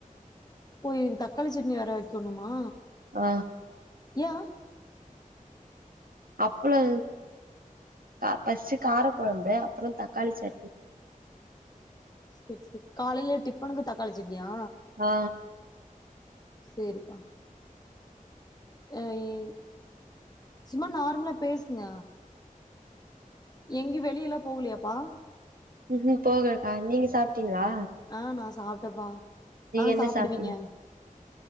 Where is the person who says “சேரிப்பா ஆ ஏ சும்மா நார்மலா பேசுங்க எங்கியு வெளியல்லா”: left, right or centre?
Left